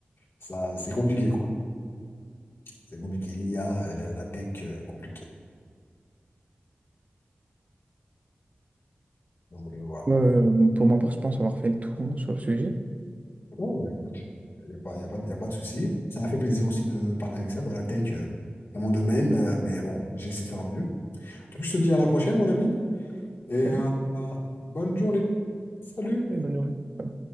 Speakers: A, on the left; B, on the right.
A: Ça, c'est compliqué, quoi. C'est compliqué. L'IA, la, la tech, euh, compliqué. Donc, euh, voilà.
B: Euh, pour ma part, je pense avoir fait le tour hein, sur le sujet.
A: Bon, bah, écoute, il n'y a pas, y a pas, de- y a pas de souci. Ça m'a fait plaisir aussi de parler avec ça. Bon, la tech, euh, c'est mon domaine, euh, mais bon, j'essaie de faire au mieux. Du coup, je te dis à la prochaine, mon ami, et
B: Salut
A: euh, euh, bonne journée. Salut!
B: et bonne journée.